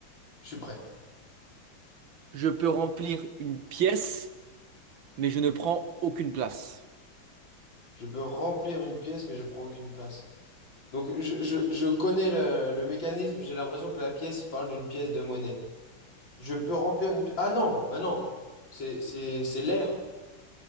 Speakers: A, on the left (about 70°); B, on the right (about 80°).
A: je suis prêt.
B: je peux remplir une pièce, mais je ne prends aucune place.
A: Je peux remplir une pièce, mais je prends aucune place. Donc je, je- je connais le, le mécanisme, j'ai l'impression que la pièce, il parle d'une pièce de monnaie. Je peux remplir une pièce. Ah non, bah non, c'est c'est- c'est l'air.